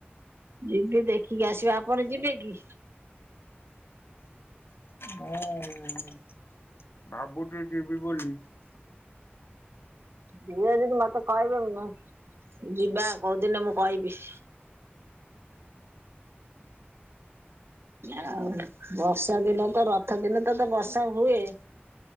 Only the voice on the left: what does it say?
ମୁଁ ଭାବୁଚି ଯିବି ବୋଲି।